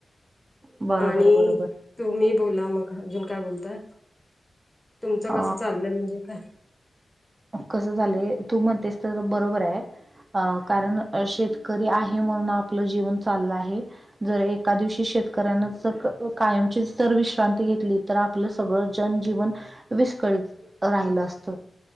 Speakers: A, on the right; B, on the left.
A: बरोबर
B: आणि
A: बरोबर
B: तुम्ही बोला मग अजून काय बोलता तुमचं
A: अ
B: कसं चाललंय म्हणजे काय
A: कस झाले तू म्हणतेस तर बरोबर आहे कारण शेतकरी आहे हे म्हणून आपलं जीवन चाललं आहे जर एका दिवशी शेतकऱ्यान ज कायमची जर विश्रांती घेतली तर आपलं सगळं जनजीवन विस्कळीत राहिलं असत